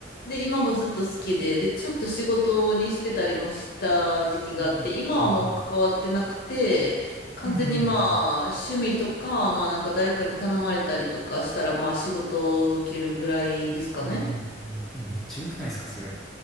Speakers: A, on the left; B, in the centre.
A: で、今もずっと好きで、で、ちょっと仕事にしてたりもした時期があって、
B: えはいはい。
A: 今はもう関わってなくて、完全にまあ趣味とか、
B: うんうんうん。
A: まあなんか誰かに頼まれたりとかしたら、まあ仕事を受けるぐらいですかね。
B: うんうんうんえ、めっちゃ良くないですか、それ。